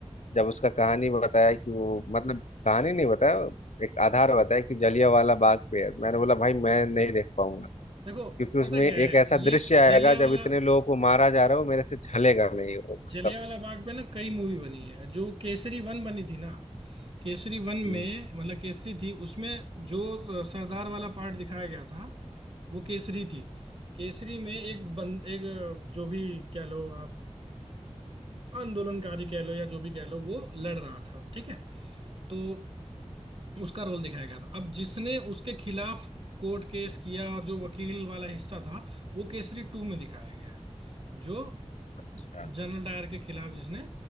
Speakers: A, on the left (about 75°); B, on the right (about 50°).
A: जब उसका कहानी बताया कि वो मतलब कहानी नहीं बताया एक आधार बताया कि जलियांवाला बाग पे है मैंने बोला भाई मैं नहीं देख पाऊंगा
B: देखो
A: क्योंकि उसमें
B: पता क्या
A: एक
B: है
A: ऐसा
B: ये
A: दृश्य आएगा
B: जलिया वाला
A: जब इतने लोगों को मारा जा रहा हो मेरे से झलेगा नहीं वो मतलब
B: जलिया वाला बाग पे ना कई मूवी बनी है जो केसरी वन बनी थी ना केसरी वन
A: हम्म,
B: में मतलब केसरी थी उसमें जो सरदार वाला पार्ट दिखाया गया था वो केसरी थी केसरी में एक बंद एक जो भी क्या लो आप आंदोलनकारी कह लो या जो भी कह लो वो लड़ रहा था ठीक है तो उसका रोल दिखाया गया था अब जिसने उसके खिलाफ कोर्ट केस किया और जो वकील वाला हिस्सा था वो केसरी टू में दिखाया गया है जो
A: अच्छा
B: जनरल डायर के खिलाफ जिसने